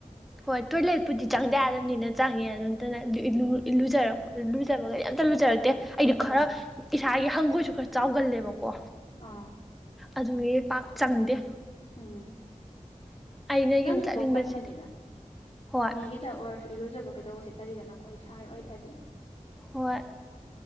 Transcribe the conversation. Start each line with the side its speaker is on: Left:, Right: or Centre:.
Centre: ꯍꯣꯏ ꯇꯣꯏꯂꯦꯠꯄꯨꯗꯤ ꯆꯪꯗ ꯌꯥꯗꯕꯅꯤꯅ ꯆꯪꯉꯦ ꯑꯗꯨꯅꯠꯇꯅ ꯂꯨꯖꯔꯛꯄ ꯂꯨꯖꯔꯒꯗꯤ ꯌꯥꯝ ꯑꯝꯇ ꯂꯨꯖꯔꯛꯇꯦ ꯑꯩꯗꯤ ꯈꯔ
Left: ꯎꯝ
Centre: ꯏꯁꯥꯒꯤ ꯍꯪꯒꯣꯏꯁꯨ ꯈꯔ ꯆꯥꯎꯒꯜꯂꯦꯕꯀꯣ ꯀꯣ
Left: ꯑꯥ
Centre: ꯑꯗꯨꯒꯤ ꯄꯥꯛ ꯆꯪꯗꯦ
Left: ꯎꯝ
Centre: ꯑꯩꯅ
Left: ꯇꯟꯁꯨ
Centre: ꯌꯨꯝ ꯆꯠꯅꯤꯡꯕꯁꯤꯗꯤ
Left: ꯀꯣꯛ ꯇꯟꯕꯅꯤꯗ
Centre: ꯍꯣꯏ
Left: ꯃꯤꯒꯤꯗ ꯑꯣꯏꯔꯁꯨ ꯏꯔꯨꯖꯕ ꯀꯩꯗꯧꯕꯁꯦ ꯇꯜꯂꯤꯗꯅꯀꯣ ꯏꯁꯥꯒꯤ ꯑꯣꯏꯗꯔꯗꯤ
Centre: ꯍꯣꯏ